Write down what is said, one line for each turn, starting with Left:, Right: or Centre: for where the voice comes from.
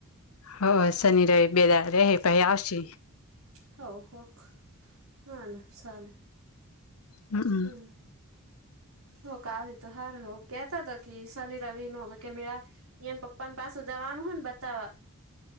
Left: હ શનિ રવિ બે દાળ રેહે પહી આવશે.
Right: હો <unintelligible>
Left: હમમ
Right: હમ્મ <unintelligible> કેતા તા કી શનિ રવિનું <unintelligible> એને પપ્પા પાસુ જવાનું હોય ને બતાવવા